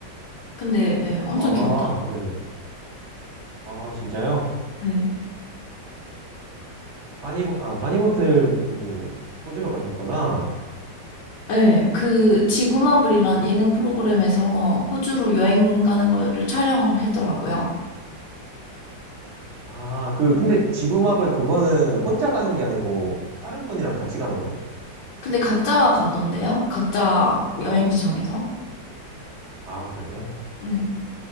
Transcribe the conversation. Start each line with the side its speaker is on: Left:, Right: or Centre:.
Left: 근데 예, 엄청
Right: 아,
Left: 귀엽더라고요.
Right: 네네. 아, 진짜요?
Left: 네.
Right: 바니보, 아, 바니보틀 그 호주로 가셨구나.
Left: 네, 그 지구마블이란 예능 프로그램에서 호주로 여행 가는 거를 촬영을 했더라고요.
Right: 아, 그, 근데 지구마블 그거는 혼자 가는 게 아니고 다른 분이랑 같이 가는 거죠.
Left: 근데 각자 가던데요? 각자 여행지 정해서?
Right: 아, 그래요?
Left: 예.